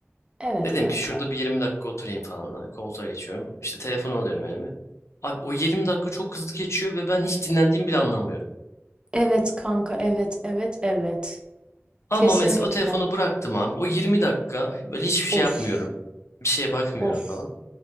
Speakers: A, on the right; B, on the left.
A: evet
B: Dedim
A: kanka.
B: ki şurada bir 20 dakika oturayım falan. Hani Koltuğa geçiyorum. İşte telefonu alıyorum elime. Abi o 20 dakika çok hızlı geçiyor ve ben hiç dinlendiğimi bile anlamıyorum.
A: Evet kanka evet evet evet.
B: Ama
A: Kesinlikle.
B: mesela o telefonu bıraktım abi. O 20 dakika böyle hiçbir şey
A: Of
B: yapmıyorum. Bir şeye bakmıyorum
A: of.
B: falan.